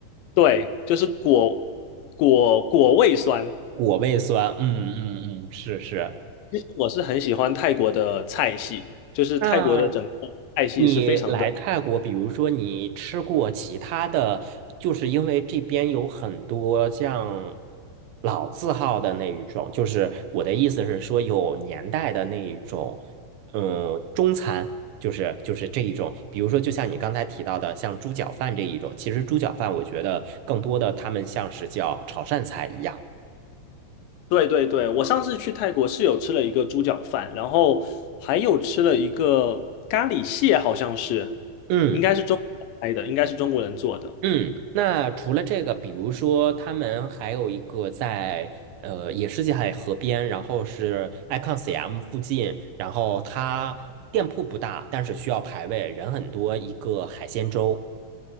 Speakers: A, on the left; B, on the right.
A: 对，就是果果果味酸。
B: 果味酸，嗯嗯嗯，是是，
A: 其实我是很喜欢泰国的菜系，就是泰国的整个菜系是非常的。
B: 嗯，你来泰国，比如说你吃过其他的，就是因为这边有很多像老字号的那一种，就是我的意思是说有年代的那一种，嗯，中餐，就是就是这一种，比如说就像你刚才提到的，像猪脚饭这一种，其实猪脚饭我觉得更多的他们像是叫潮汕菜一样，
A: 对对对，我上次去泰国是有吃了一个猪脚饭，然后还有吃了一个咖喱蟹，好像是，
B: 嗯。
A: 应该是中国拍的，应该是中国人做的。
B: 嗯，那除了这个，比如说他们还有一个在呃，也是在河边，然后是 Icon CM 附近，然后它店铺不大，但是需要排位，人很多，一个海鲜粥。